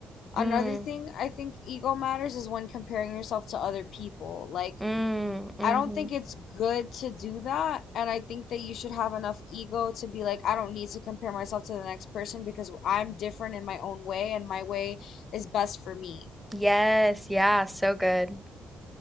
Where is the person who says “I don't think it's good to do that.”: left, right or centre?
Left